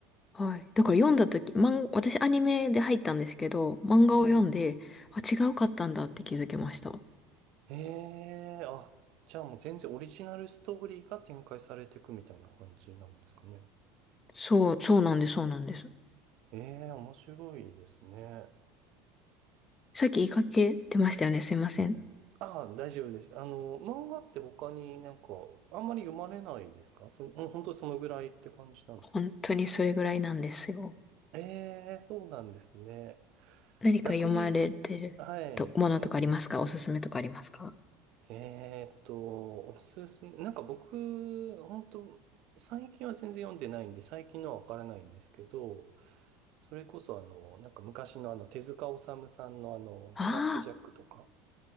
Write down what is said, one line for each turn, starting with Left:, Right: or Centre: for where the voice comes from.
Left: はい。だから読んだ時、漫私アニメで入ったんですけど、漫画を読んで、
Right: はい。
Left: あ、違うかったんだって気づきました。
Right: ええ、あ、じゃあもう全然オリジナルストーリーが展開されていくみたいな感じになるんですかね。
Left: そう、そうなんです、そうなんです。
Right: ええ、面白いですね。
Left: さっき言いかけてましたよね、すいません。
Right: ああ、大丈夫です。あの、漫画って他になんか、あんまり読まれないですかそ、うん本当にそのぐらいって感じなんですか
Left: 本当にそれぐらいなんですよ。
Right: ええ、そうなんですね。
Left: 何か読まれてると、
Right: 逆に、はい。
Left: ものとかありますかおすすめとかありますか
Right: え、えーっと、おすすめ。なんか僕、本当最近は全然読んでないんで、最近のはわからないんですけど、それこそあの、なんか昔のあの、手塚治虫さんのあの、
Left: あ
Right: ブラックジャックとか。